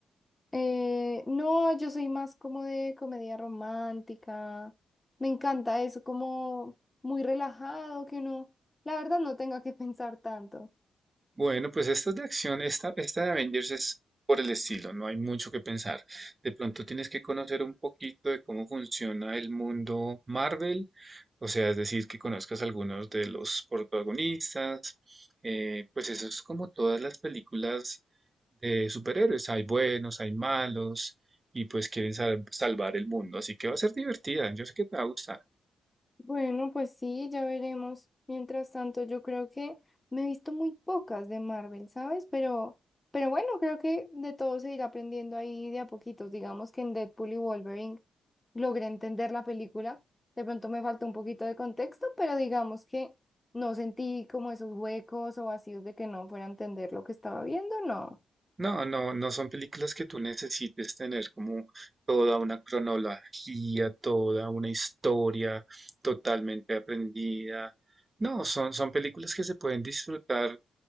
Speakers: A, on the left; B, on the right.
A: Eh, no, yo soy más como de comedia romántica, me encanta eso, como muy relajado, que uno, la verdad, no tenga que <laughs> pensar tanto.
B: Bueno, pues esta es de acción, esta, esta de Avengers es por el estilo, no hay mucho que pensar. De pronto tienes que conocer un poquito de cómo funciona el mundo Marvel, o sea, es decir, que conozcas algunos de los protagonistas, eh, pues eso es como todas las películas de superhéroes, hay buenos, hay malos, y pues quieren sal- salvar el mundo, así que va a ser divertida, yo sé que te va a gustar.
A: Bueno, pues sí, ya veremos. Mientras tanto, yo creo que me he visto muy pocas de Marvel, ¿sabes? Pero, pero bueno, creo que de todo se irá aprendiendo ahí de a poquitos. Digamos que en Deadpool y Wolverine logré entender la película. De pronto me faltó un poquito de contexto, pero digamos que no sentí como esos huecos o vacíos de que no fuera a entender lo que estaba viendo, no.
B: No, no, no son películas que tú necesites tener como toda una cronología, toda una historia totalmente aprendida. No, son, son películas que se pueden disfrutar